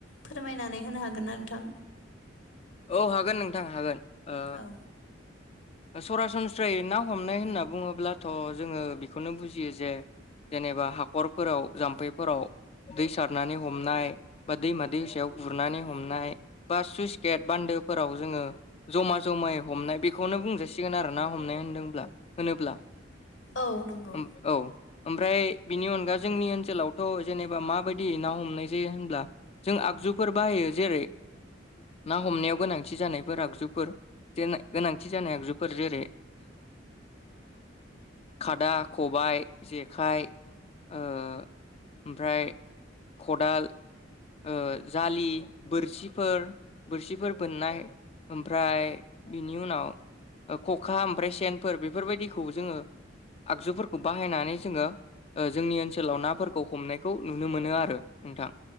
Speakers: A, on the left (about 75°); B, on the left (about 30°).
A: फोरमायनानै होनो हागोन ना नोंथां
B: औ हागोन नोंथां हागोन ओ
A: औ
B: सरासनस्रायै ना हमनाय होनना बुङोब्लाथ' जोङो बेखौनो बुजियो जे जेनेबा हाखरफोराव जाम्फैफोराव दै सारनानै हमनाय बा दैमा दै सायाव गुरनानै हमनाय बा सुइस गेट बान्दोफोराव जोङो जमा जमायै हमनाय बेखौनो बुं जासिगोन आरो ना हमनाय होनदोंब्ला होनोब्ला।
A: औ नंगौ।
B: ओम औ। ओमफ्राय बिनि अनगा जोंनि ओनसोलावथ' जेनेबा माबायदियै ना हमनाय जायो होनब्ला। जों आगजुफोर बाहायो जेरै ना हमनायाव गोनांथि जानायफोर आगजुफोर गोनांथि जानाय आगजु फोर जेरै खादा, खबाइ, जेखाइ, ओमफ्राय खदाल ओ जालि बोरसिफोर बोरसिफोर बोननाय ओमफ्राय बिनि उनाव। खखा ओमफ्राय सेनफोर बेफोरबायदिखौ जोङो आगजुफोरखौ बाहायनानै जोङो। ओ जोंनि ओनसोलाव नाफोरखौ हमनायखौ नुनो मोनो आरो नोंथां।